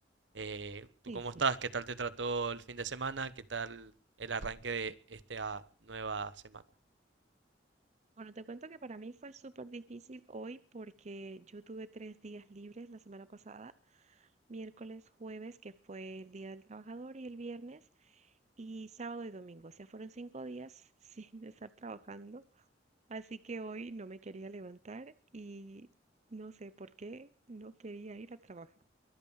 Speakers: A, on the right; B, on the right.
A: eh, ¿tú
B: difícil.
A: cómo estás? ¿Qué tal te trató el fin de semana? ¿Qué tal el arranque de esta nueva semana?
B: Bueno, te cuento que para mí fue súper difícil hoy porque yo tuve tres días libres la semana pasada, miércoles, jueves, que fue el Día del Trabajador, y el viernes, y sábado y domingo. O sea, fueron cinco días <laughs> sin estar trabajando. Así que hoy no me quería levantar y no sé por qué no quería ir a trabajar.